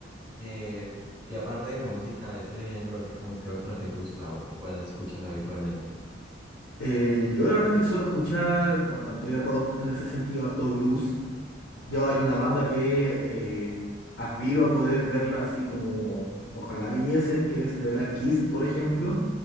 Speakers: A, on the right (about 15°); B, on the left (about 55°).
A: Eh, y aparte de la música de ese género, así como que otra te gusta o cuál escuchas habitualmente.
B: Eh, yo la verdad es que suelo escuchar bastante rock en ese sentido, harto blues. Yo hay una banda que eh, aspiro a poder verla así como ojalá viniesen, que es The Black Keys, por ejemplo,